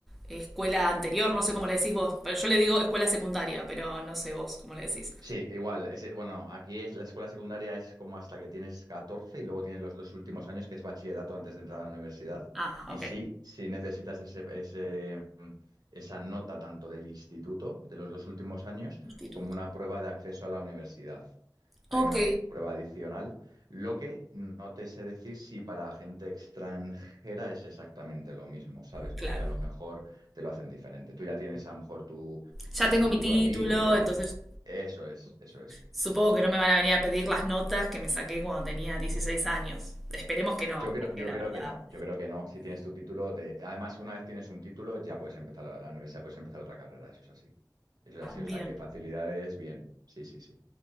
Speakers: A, in the centre; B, on the right (about 65°).
A: eh, escuela anterior, no sé cómo le decís vos, pero yo le digo escuela secundaria, pero no sé vos cómo le decís.
B: Sí, igual. ese- bueno, aquí es la escuela secundaria es como hasta que tienes 14 y luego tienes los dos últimos años, que es bachillerato antes de entrar a la universidad.
A: Ah,
B: Y
A: ok,
B: sí, sí necesitas ese, ese, mm, esa nota tanto del instituto, de los dos últimos años,
A: instituto.
B: como una prueba de acceso a la universidad. Hay
A: Ok,
B: una prueba adicional, lo que no te sé decir si para gente extranjera es exactamente lo mismo, ¿sabes?
A: claro.
B: Porque a lo mejor te lo hacen diferente. Tú ya tienes a lo mejor tu
A: Ya
B: instituto
A: tengo mi título,
B: allí y te vale.
A: entonces
B: Eso es, eso es.
A: supongo
B: Sí.
A: que no me van a venir a pedir las notas que me saqué cuando tenía 16 años. Esperemos que no,
B: Yo creo,
A: porque
B: yo
A: la
B: creo
A: verdad.
B: que no, yo creo que no. Si tienes tu título, te... además, una vez tienes un título, ya puedes empezar la, la universidad, puedes empezar otra carrera, eso es así. Eso es así, o
A: Bien.
B: sea, que facilidades, bien. Sí, sí, sí.